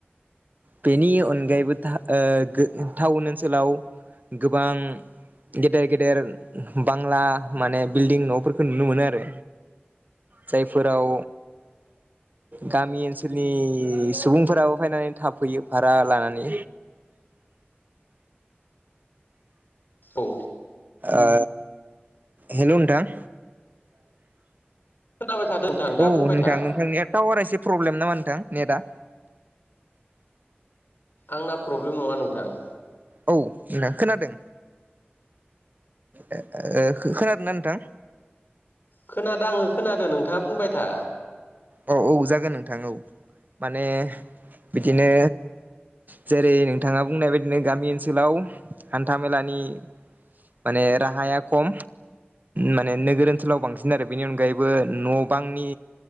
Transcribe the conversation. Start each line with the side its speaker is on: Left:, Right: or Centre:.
Right: बेनि अनगायैबो टा ओ गो टाउन ओनसोलाव गोबां गेदेर गेदेर बांला माने बिल्डिं नफोरखो नुनो मोनो आरो। जायफोराव गामि ओनसोल नि सुबुंफोराबो फायनानै थाफैयो भारा लानानै।
Left: औ
Right: ओ हेलौ नोंथां।
Left: खोनाबाय थादों नोंथां नोंथाङा
Right: औ
Left: बुंबाय
Right: नोंथां
Left: था
Right: नोंथांनिया टावारा एसे प्रब्लेम नामा नोंथां नेटा।
Left: आंना प्रब्लेम नङा नोंथां।
Right: औ नोंना खोनादों। ए ए ओ खोनादोंना नोंथां?
Left: खोनादो आङो खोनादो नोंथाङा बुंबाय था।
Right: औ औ जागोन नोंथां औ माने बिदिनो जेरै नोंथाङा बुंनाय बायदिनो गामि ओनसोलाव हान्था मेलानि माने राहाया खम माने नोगोर ओनसोलाव बांसिन आरो बेनि अनगायैबो न बांनि